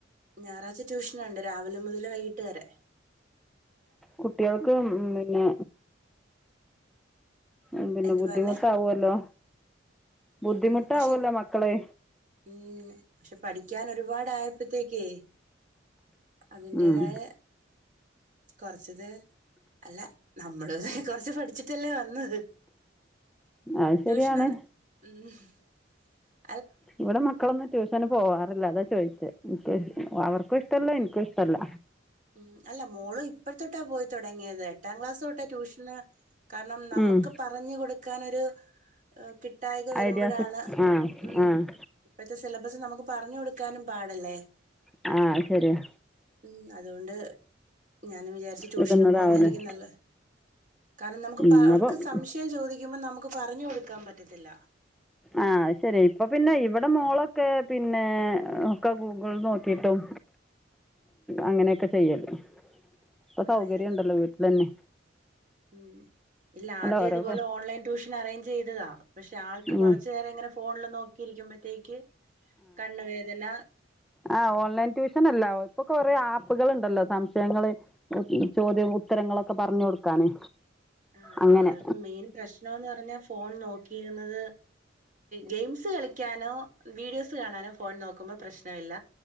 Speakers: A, on the right; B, in the centre.
A: ഞായറാഴ്ച ട്യൂഷനുണ്ട്. രാവിലെ മുതല് വൈകീട്ട് വെരെ
B: കുട്ടികൾക്കും പിന്നെ ഉ പിന്നെ
A: എന്ത്
B: ബുദ്ധിമുട്ടാവല്ലോ
A: പറഞ്ഞേ
B: ബുദ്ധിമുട്ടാവല്ലോ
A: ഉം പക്ഷെ
B: മക്കളെ
A: ഉം പക്ഷെ പഠിക്കാൻ ഒരുപാടായപ്പത്തേക്കേയ്യ് അതിന്റെതായ
B: ഉം
A: കൊറച്ചിത് അല്ല നമ്മള് തെയ് കൊറച്ച് പഠിച്ചിട്ടല്ലേ വന്നത്
B: അത്
A: ട്യൂഷന്
B: ശരിയാണ്
A: മംഹ്‌
B: ഇവടെ മക്കളൊന്നും ട്യൂഷന് പോവാറില്ല അതാ ചോയിചെ അവർക്കും ഇഷ്ടല്ല ഇനിക്കും ഇഷ്ട ല്ല
A: മം അല്ല മോള് ഇപ്പഴുത്തോട്ടാ പോയി തൊടങ്ങിയത് എട്ടാം ക്ലാസ് തൊ ട്യൂഷന് കാരണം നമുക്ക്
B: ഉം
A: പറഞ്ഞു കൊടുക്കാനൊരു കിട്ടായിക വരുമ്പഴാണ്
B: ഐഡിയാസ് ആഹ്
A: മം
B: ആഹ്
A: പ്പത്തെ സിലബസ് നമുക്ക് പറഞ്ഞു കൊടുക്കാനും പാടല്ലേ.
B: ആഹ്. ശരിയാ
A: ഉം അതുകൊണ്ട്. ഞാനും വിചാരിച്ച് ട്യൂഷന്
B: വിടുന്നതാവൂലേ
A: പോന്നയായിരിക്കും നല്ല കാരണം നമുക്ക്
B: ഉം
A: പ അവർക്ക്
B: അപ്പം
A: സംശയം ചോദി യുമ്പം നമുക്ക് പറഞ്ഞു കൊടുക്കാൻ പറ്റത്തില്ല.
B: ആഹ് അത്ശര്യ ഇപ്പ പിന്നെ ഇവിടെ മോള്. ക്കെ പിന്നെ ഒക്കെ ഗൂഗിൾ നോക്കിട്ടും അങ്ങനെയൊക്കെ ചെയ്യല് ഇപ്പൊ
A: ആഹ്
B: സൗകര്യം
A: അയാൾക്ക്
B: ഉണ്ടല്ലോ വീട്ടിലന്നെ
A: ഉം ഇല്ല ആദ്യം
B: അല്ല ഓരോ
A: ഇതുപോലെ ഓൺലൈൻ ട്യൂഷൻ അറേഞ്ച് ചെയ്തതാ പക്ഷെ ആൾക്ക് കൊറച്ചു
B: ഉം
A: നേരം ഇങ്ങനെ ഫോണില് നോക്കിയിരിക്കുമ്പോഴത്തേക്ക് കണ്ണ് വേദന
B: ആഹ ഓൺലൈൻ ട്യൂഷൻ അല്ല ഇപ്പൊ കൊറെ ആപ്പ് പ്പുകളുണ്ടല്ലോ സംശയങ്ങള്
A: ഉം
B: ചോദ്യം ഉത്തരങ്ങളൊക്കെ പറഞ്ഞു കൊടുക്കാന്
A: ആഹ
B: അങ്ങനെ
A: ഇയാൾക്ക് മെയിൻ പ്രശ്നംന്ന് പറഞ്ഞാ ഫോൺ നോക്കിയിരുന്നത് ഗെയിംസ് കളിക്കാനോ വീഡിയോസ് കാണാനോ ഫോൺ നോക്കുമ്പോ പ്രശ്ന ഇല്ല